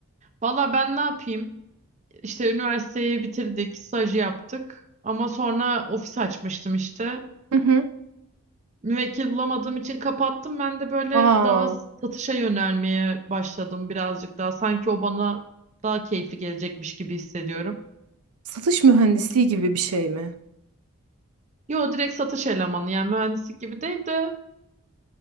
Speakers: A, on the right; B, on the right.
A: Valla ben ne yapayım? İşte üniversiteyi bitirdik, stajı yaptık. Ama sonra ofis açmıştım işte.
B: Hı hı.
A: Müvekkil bulamadığım için kapattım. Ben de böyle
B: Aa,
A: daha satışa yönelmeye başladım birazcık daha. Sanki o bana daha keyifli gelecekmiş gibi hissediyorum.
B: satış mühendisliği gibi bir şey mi?
A: Yo direkt satış elemanı yani mühendislik gibi değil de